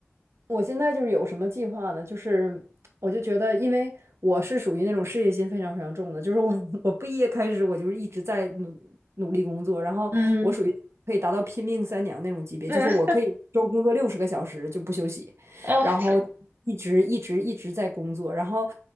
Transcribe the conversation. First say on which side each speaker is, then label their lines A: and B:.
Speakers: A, on the right; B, on the right.
A: 我现在就是有什么计划呢？就是我就觉得，因为我是属于那种事业心非常非常重的，就是我 <laughs> 我毕业开始我就是一直在努努力工作，然后我属于可以达到拼命三娘那种级别，
B: 嗯嗯
A: 就是我可以一周工作六十个小时就不休息，
B: 啊天，
A: 然后一直一直一直在工作，然后